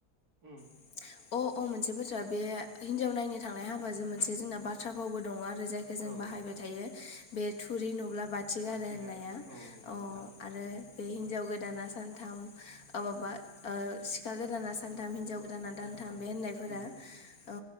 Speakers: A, on the right; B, on the left.
A: उम
B: <inaudible> अ अ मोनसे बोथ्रा बे हिनजाव नायनो थांनाय हाबाजों मोनसे जोंना बाथ्रा बावबो दङ' आरो जाय जों
A: औ
B: बाहायबाय थायो बे थुरि नुब्ला बाथ थिग
A: बाथि
B: आरो होननाया
A: गारो औ नंगौ
B: अ
A: नोंथां
B: आरो बे हिनजाव गोदाना सानथाम अ माबा ओ सिखा गोदाना सानथाम हिनजाव गोद दाना दानथाम
A: नोंथां
B: बे होननायफोरा
A: उम
B: औ